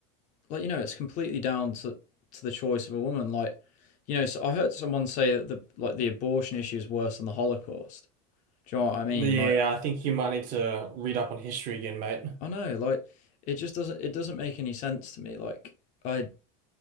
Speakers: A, on the left (about 45°); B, on the right (about 45°).
A: like you know, it's completely down to to the choice of a woman like you know, so I heard someone say that the like the abortion issue is worse than the Holocaust. Do you know what I mean?
B: yeah,
A: Like,
B: I think you might need to read up on history again, mate.
A: I know, like it just doesn't it doesn't make any sense to me. Like, I